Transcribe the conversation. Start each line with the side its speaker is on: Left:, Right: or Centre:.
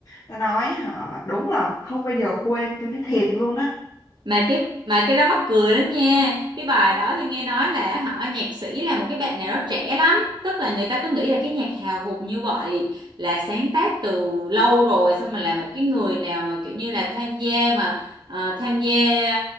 Left: ta nói họ đúng là không bao giờ quên tôi nói thiệt luôn á
Right: mà cái mà cái đó mắc cười lắm nha cái bài đó thì nghe nói là họ nhạc sĩ là một cái bạn nào đó trẻ lắm tức là người ta cứ nghĩ là cái nhạc hào hụt như vậy là sáng tác từ lâu rồi xong mà là một cái người nào mà kiểu như là tham gia mà ờ, tham gia